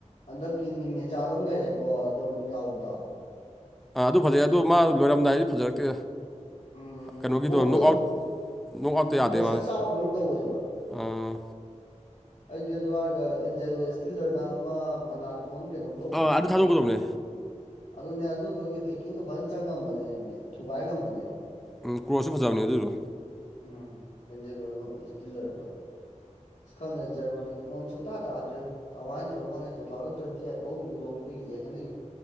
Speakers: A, on the left (about 70°); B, in the centre.
A: ꯍꯟꯗꯛꯀꯤ ꯅꯤꯃꯦꯆꯥꯗꯨꯝ ꯂꯩꯔꯦꯀꯣ ꯗꯣꯔꯃꯟ ꯌꯥꯎꯕꯗꯣ
B: ꯑꯥ ꯑꯗꯨ ꯐꯖꯩ ꯑꯗꯣ ꯃꯥ ꯂꯣꯏꯔꯝꯗꯥꯏꯗꯤ ꯐꯖꯔꯛꯇꯦ
A: ꯎꯝ
B: ꯀꯩꯅꯣꯒꯤꯗꯣ
A: ꯕꯣꯟꯗꯣ
B: ꯅꯣꯛ
A: <unintelligible>
B: ꯑꯥꯎꯠ ꯅꯣꯛ
A: ꯎꯝ
B: ꯑꯥꯎꯠꯇ ꯌꯥꯗꯦ
A: ꯄ꯭ꯔꯦꯁꯔ
B: ꯃꯥ
A: ꯆꯥꯕꯗꯧ ꯇꯧꯋꯦꯕ
B: ꯑꯥ
A: ꯑꯩꯗꯤ ꯑꯗꯨ ꯍꯥꯏꯔꯒ ꯑꯦꯟꯖꯦꯂꯣ ꯏꯁꯇꯤꯜꯂꯔꯅ ꯑꯃ ꯃꯅꯥꯇꯣꯟ ꯀꯩꯅꯣꯝ ꯇꯧꯕꯗꯣ
B: ꯑꯥ ꯑꯗꯨ ꯊꯥꯗꯣꯛꯀꯗꯕꯅꯦ
A: ꯑꯗꯨꯅꯦ ꯑꯗꯨꯗꯣ ꯑꯦꯇꯦꯛꯀꯤꯡꯒ ꯐꯖꯟ ꯆꯪꯉꯝꯕꯅꯦꯃꯦ ꯊꯨꯒꯥꯏ ꯉꯝꯕꯅꯦꯕ
B: ꯎꯝ ꯀ꯭ꯔꯣꯁꯁꯨ ꯐꯖꯕꯅꯦ ꯑꯗꯨꯗꯣ
A: ꯎꯝ ꯑꯦꯟꯖꯜꯂꯣꯔꯣ ꯏꯁꯇꯤꯜꯂꯔꯗꯣ ꯈꯪꯉꯦ ꯖꯔꯃꯅꯤ ꯐꯣꯝ ꯁꯨꯡꯇ ꯇꯗ꯭ꯔꯦꯕꯣ ꯀꯃꯥꯏꯅ ꯇꯧꯈꯪꯗꯦ ꯇꯨꯊꯥꯎꯖꯟ ꯇ꯭ꯋꯦꯟꯇꯤ ꯑꯥꯏꯠ ꯐꯥꯎ ꯌꯨꯔꯣ ꯑꯗꯨ ꯌꯦꯡꯉꯅꯤ